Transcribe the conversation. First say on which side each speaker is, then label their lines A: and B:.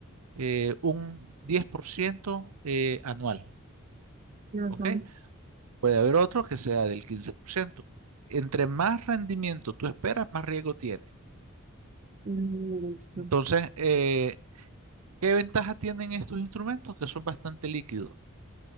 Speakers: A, on the right; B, on the right.
A: eh, un 10% eh, anual,
B: ujú,
A: ¿ok? Puede haber otro que sea del quince por ciento Entre más rendimiento tú esperas, más riesgo tiene.
B: mm, listo,
A: Entonces, eh, ¿qué ventaja tienen estos instrumentos? Que son bastante líquidos.